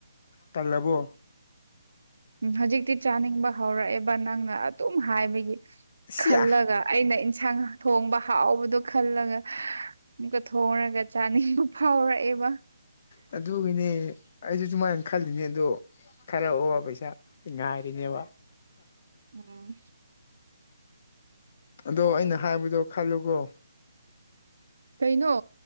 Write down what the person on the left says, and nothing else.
ꯇꯜꯂꯕꯣ
ꯁꯤꯌꯥ
ꯑꯗꯨꯒꯤꯅꯦ ꯑꯩꯁꯨ ꯁꯨꯃꯥꯏꯅ ꯈꯜꯂꯤꯅꯦ ꯑꯗꯣ ꯈꯔ ꯑꯣꯕ ꯄꯩꯁꯥ ꯉꯥꯏꯔꯤꯅꯦꯕ
ꯑꯗꯣ ꯑꯩꯅ ꯍꯥꯏꯕꯗꯣ ꯈꯜꯂꯨꯒꯣ